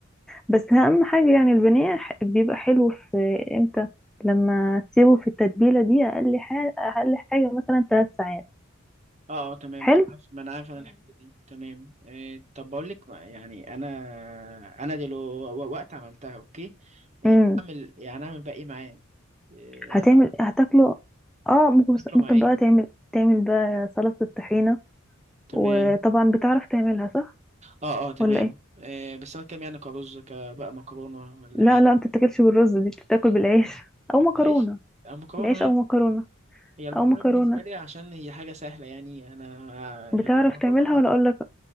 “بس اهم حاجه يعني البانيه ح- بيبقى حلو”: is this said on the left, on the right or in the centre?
Centre